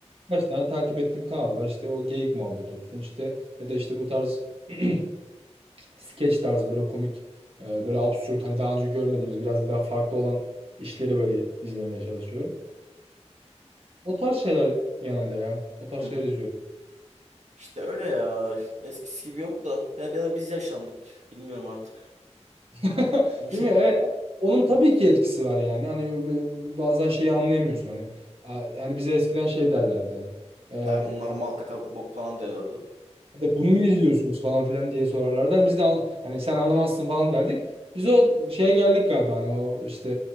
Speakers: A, on the right (about 55°); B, on the right (about 90°).
A: Kaç tane takip ettiğim kanal var. İşte o geyik muhabbet olsun işte ya da işte bu tarz <clears throat> skeç tarzı böyle komik e, böyle absürt hani daha önce görmediğimiz birazcık daha farklı olan işleri böyle izlemeye çalışıyorum. O tarz şeyler genelde ya. O tarz
B: Hı
A: şeyler
B: hı.
A: izliyorum.
B: İşte öyle ya. Eskisi gibi yok da. Ya biraz biz yaşlandık. Bilmiyorum artık.
A: <laughs>
B: <laughs>
A: Değil mi? Evet. Onun tabii ki etkisi var yani. Hani bazen şeyi anlayamıyorsun hani. A- Yani bize eskiden şey derlerdi hani. E,
B: Ya onlar mal kaka bok falan diyorlardı.
A: de bunu mu izliyorsunuz falan filan diye sorarlardı. Hani biz de an- hani sen anlamazsın falan derdik. Biz o şeye geldik galiba hani o işte